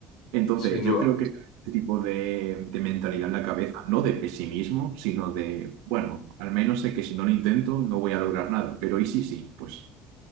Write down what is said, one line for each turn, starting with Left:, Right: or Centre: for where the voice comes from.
Right: Entonces,
Left: sin duda.
Right: yo creo que este tipo de, de mentalidad
Left: Sí.
Right: en la cabeza, no de pesimismo, sino de, bueno, al menos sé que si no lo intento no voy a lograr nada, pero y sí, sí, pues,